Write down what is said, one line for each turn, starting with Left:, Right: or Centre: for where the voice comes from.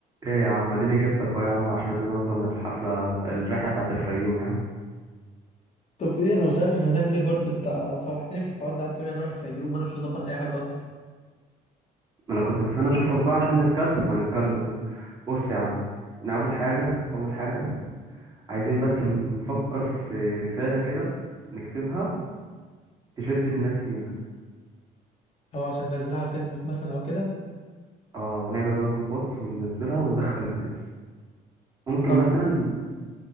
Right: ايه يا عم اديني جبتك اهو يا عم عشان ننظم الحفلة الرحلة بتاعت الفيوم يا عم
Left: طب ايه انا مش عارف احنا هنعمل ايه برضو انت سوحتني في الحوار ده قعدت تقولي هنروح الفيوم وانا مش مظبط اي حاجه اصلا
Right: ما انا كنت مستني اشوفك بقى عشان نتكلم ونتكلم اهو. بص يا عم احنا اول حاجة اول حاجة عايزين بس نفكر في رسالة كده نكتبها تشد الناس لينا
Left: هو عشان ننزلها على الفيسبوك مثلا او كده
Right: اه ونعمل بقى جروب واتس وننزلها وندخل الناس ممكن
Left: طب
Right: مثلا